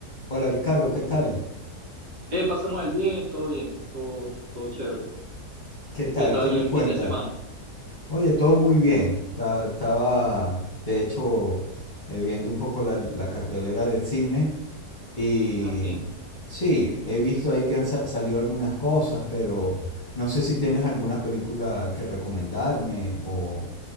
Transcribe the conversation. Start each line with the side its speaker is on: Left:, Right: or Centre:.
Left: Hola Ricardo, ¿qué tal?
Right: Eh, pasamos el bien, todo bien, todo, todo chévere.
Left: ¿Qué tal?
Right: ¿Qué tal
Left: ¿Qué me
Right: el
Left: cuentas?
Right: fin de semana?
Left: Oye, todo muy bien. Ta- Estaba, de hecho, eh, viendo un poco la, la cartelera de cine y
Right: Ah, sí.
Left: sí, he visto ahí que han sa- salido algunas cosas, pero no sé si tienes alguna película que recomendarme o